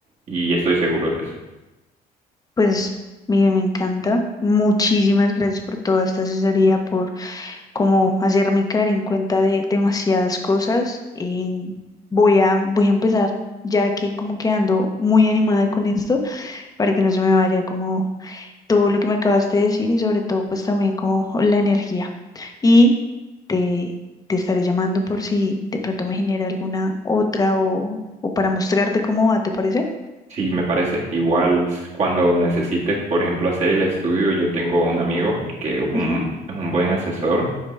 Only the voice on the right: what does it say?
Y estoy seguro de eso.
Sí, me parece. Igual s- cuando necesites, por ejemplo, hacer el estudio, yo tengo un amigo que es un,
es un buen asesor